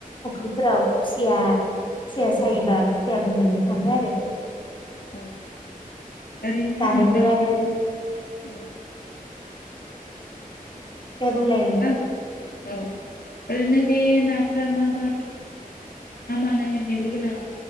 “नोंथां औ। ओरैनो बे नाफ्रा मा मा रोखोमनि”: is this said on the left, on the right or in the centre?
Left